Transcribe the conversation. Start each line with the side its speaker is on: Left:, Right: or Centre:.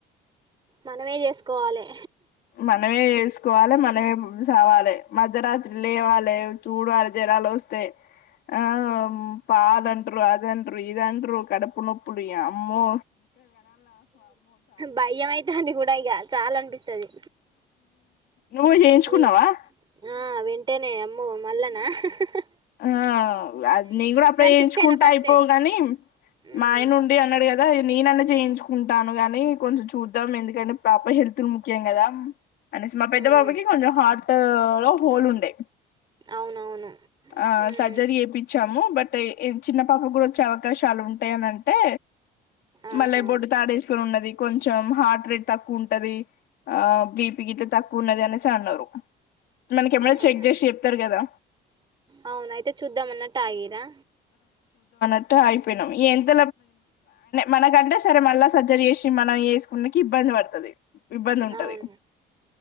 Right: మనమే చేసుకోవాలే
Left: మనమే ఎసుకోవాలి మనమే సవాలె మధ్యరాత్రి లేవాలి ఊడ్వాలె జరాలొస్తే ఆ పాల్ అంటరు ఇదంటరు కడపు నొప్పులు యామ్మో
Right: భయ్యం అయితాందిపుడు చాలా అనిపిస్తది
Left: నువ్వు చేయించుకున్నావా
Right: మ్ ఆ వెంటనే అమ్మో మళ్ళనా హ హ హ హ
Left: ఆ అది నేను గూడ అప్పుడే చేయించుకుంటే
Right: ఫిక్స్ అయినా ఫస్టే
Left: అయిపోవుగని
Right: ఉమ్
Left: మా ఆయన ఉండి అన్నడు గదా నేన అన్న చేయించుకుంటాను గానీ కొంచెం చూద్దాం ఎందుకంటే పాప హెల్త్ ముఖ్యం గదా అనెసి మా పెద్ద
Right: ఉమ్
Left: బాబకి కొంచెం హా అ లో హోల్ ఉండె
Right: అవునవును
Left: ఆ
Right: ఉమ్
Left: సర్జరీ ఏపిచ్చాము బట్ ఎ ఎం మళ్ళ చిన్న పాప కూడా ఒచ్చే అవకాశాలు ఉంటయని అంటే
Right: ఆహా
Left: మళ్ళీ బొడ్డు తాడేసి ఉన్నది కొంచెం హార్ట్ రేట్ తక్కువ ఉంటది ఆ బీపి గిట్ల తక్కువ ఉన్నది అనేసి అన్నారు మనక ఏమై
Right: ఆహా
Left: చెక్ ఏశి చెప్తరు కదా
Right: అవున అయితే చూద్దామన్నట్టు ఆగిరా
Left: ట్టు అగిపోయినం ఎంత మనకంటే సరే మళ్ళా సర్జరీ చేసి మనం వేసుకుడానికి ఇబ్బంది పడుతుంది ఇబ్బంది ఉంటది
Right: అవును